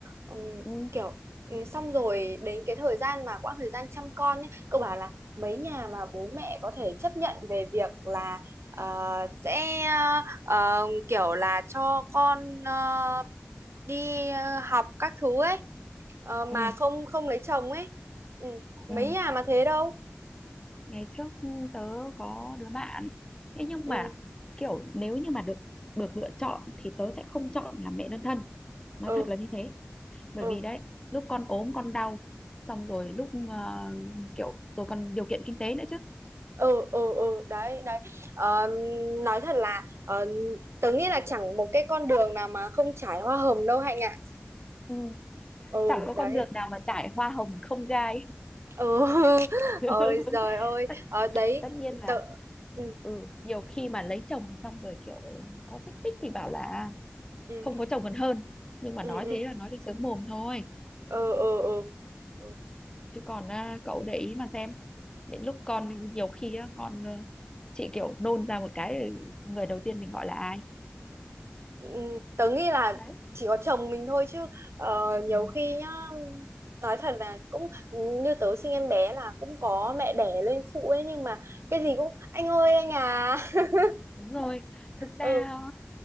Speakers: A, on the right; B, on the left.
A: Ừm,
B: ừ,
A: kiểu ừ, xong rồi đến cái thời gian mà quãng thời gian chăm con nhé cậu bảo là mấy nhà mà bố mẹ có thể chấp nhận về việc là ờ, sẽ ờ, kiểu là cho con ờ, đi ờ, học các thứ ấy ờ, mà
B: ừ,
A: không không lấy chồng ấy ừ.
B: ừ.
A: mấy nhà mà thế đâu
B: ngày trước tớ có đứa bạn thế nhưng
A: ừ
B: mà kiểu nếu như mà được được lựa chọn thì tớ sẽ không chọn làm mẹ đơn thân nói
A: ừ
B: thật là như thế bởi
A: ừ
B: vì đấy lúc con ốm con đau xong rồi lúc ờ, kiểu rồi còn điều kiện kinh tế nữa chứ
A: ừ ừ ừ đấy đấy Ờ, nói thật là ờ, tớ nghĩ là chẳng một cái con đường nào mà không trải hoa hồng đâu Hạnh ạ
B: ừ,
A: ừ
B: chẳng có
A: đấy
B: con đường nào mà trải hoa hồng không gai
A: ừ <laughs>
B: <laughs>
A: ôi giời ơi
B: tất,
A: Ờ, đấy
B: tất nhiên là
A: tớ ừ
B: ừ, nhiều khi mà lấy chồng xong rồi kiểu có xích mích thì bảo là
A: ừ
B: không có chồng còn hơn nhưng mà
A: ừ
B: nói
A: ừ
B: thế là nói cho sướng mồm thôi
A: ừ ừ ừ. Ừ,
B: chứ còn à, cậu để ý mà xem đến lúc con nhiều khi á, con ờ, chị kiểu nôn ra một cái người đầu tiên mình gọi là ai
A: Ừ, tớ nghĩ là
B: đấy
A: chỉ có chồng mình thôi chứ ờ, nhiều
B: ừ,
A: khi nhá nói thật là cũng như tớ sinh em bé là cũng có mẹ đẻ lên phụ ấy nhưng mà cái gì cũng anh ơi anh à <laughs>
B: đúng rồi thực ra
A: ừ
B: á,